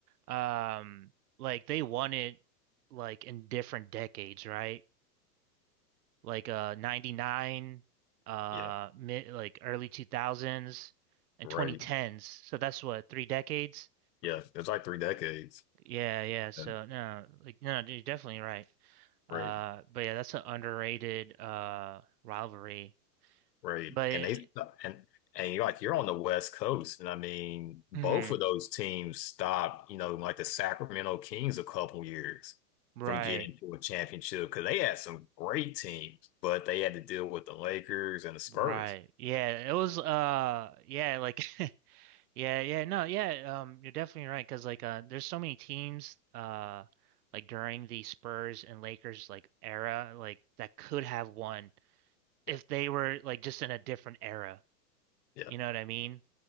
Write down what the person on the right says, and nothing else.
um like they won it like in different decades, right? Like uh 99 uh
mid like early 2000s and
2010s. So that's what three decades.
Yeah, yeah. So
no, like no, you're definitely right. Uh,
but yeah, that's an underrated uh rivalry.
But
mhm,
right,
right. Yeah, it was uh, yeah, like <laughs> yeah, yeah. No, yeah. Um, you're definitely right because like uh, there's so many teams uh, like during the Spurs and Lakers like era like that could have won if
they were like just in a different era.
You know what I mean?